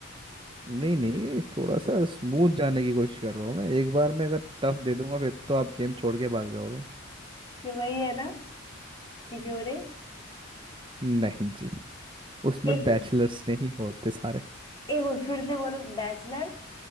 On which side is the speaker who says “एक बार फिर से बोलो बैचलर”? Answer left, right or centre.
Left